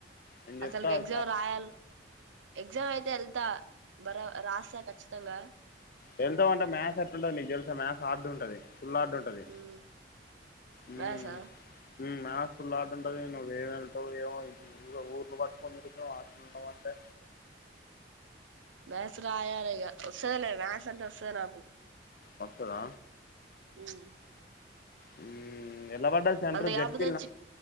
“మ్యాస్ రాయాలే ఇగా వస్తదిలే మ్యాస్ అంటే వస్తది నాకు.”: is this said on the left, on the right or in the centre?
Right